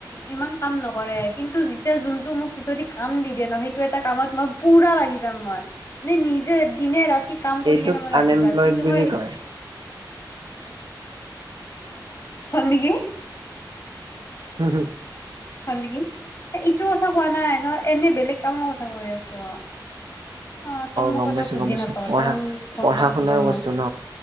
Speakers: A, on the left (about 40°); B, on the right (about 80°).
A: ইমান কাম নকৰে কিন্তু যেতিয়া যোনটো মোক যদি কাম দি দিয়ে ন সেইটো এটা কামত মই পুৰা লাগি যাম মই, নে-নিজে দিনে ৰাতি কাম কৰি
B: এইটোক
A: কেনে মই লাগি
B: আনএমপ্লয়ড
A: যাম কিন্তু
B: বুলি
A: মই
B: কয়।
A: হ'ল নেকি।
B: হম হু।
A: হ'ল নেকি এ ইটো কথা কোৱা নাই ন এনে বেলেগ কামৰ কথা কৈ আছোঁ অ'। অ' তই মোৰ
B: গম
A: কথা
B: পাইছো
A: বুজি
B: গম পাইছো
A: নাপাও
B: পঢ়া
A: তই মোক গম
B: পঢ়া
A: পাইছোঁ
B: শুনাৰ
A: দে মই।
B: বস্তু ন